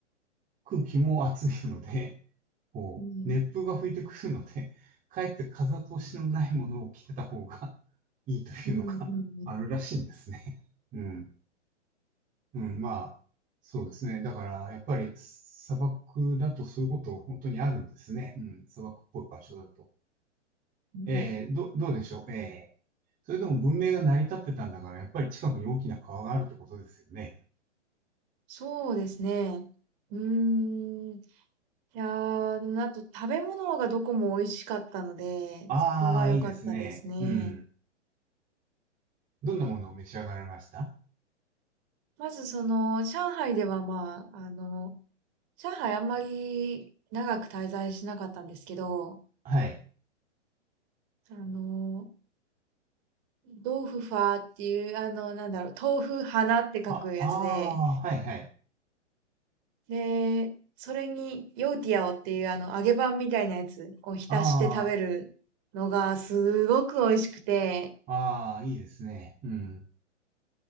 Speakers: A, on the right; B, on the right.
A: 空気も暑いので、こう、
B: うん、
A: 熱風が吹いてくるので、<laughs> かえって風通しのないものを着てた方が <laughs> いいというのが
B: うん、
A: <laughs>
B: うん、
A: あるらしいんですね。うん。うん、まあ、そうですね。だから、やっぱり砂漠だとそういうこと本当にあるんですね。うん、砂漠っぽい場所だと。
B: うん。
A: えー、
B: うん
A: ど、どうでしょう。えー、それでも文明が成り立ってたんだから、やっぱり近くに大きな川があるってことですよね。
B: そうですね。うーん。いやー、でもあと食べ物がどこも美味しかったので、
A: ああ、
B: そこが良かったですね。
A: いいですね。うん。どんなものを召し上がられました
B: まずその、上海ではまあ、あの、上海あんまり長く滞在しなかったんですけど、
A: はい。
B: あの、豆腐ファーっていう、あの、なんだろう、豆腐花って書くやつで、
A: あ、ああ、はいはい。
B: で、それに、ヨーティアオっていう、あの、揚げパンみたいなやつを浸して食べるのが、
A: ああ、
B: すごく美味しくて、
A: ああ、いいですね。うん。